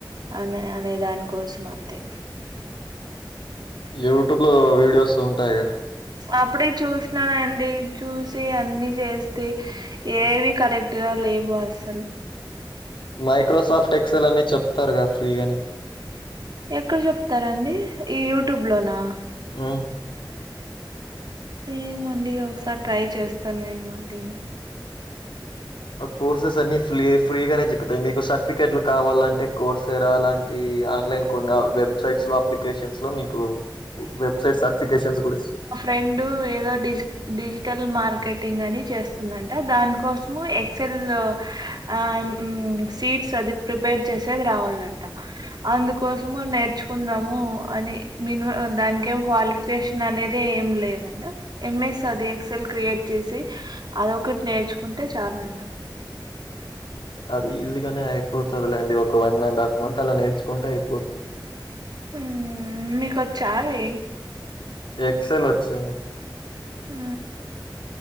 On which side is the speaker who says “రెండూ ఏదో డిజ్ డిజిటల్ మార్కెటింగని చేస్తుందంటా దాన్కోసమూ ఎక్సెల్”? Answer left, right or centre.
Right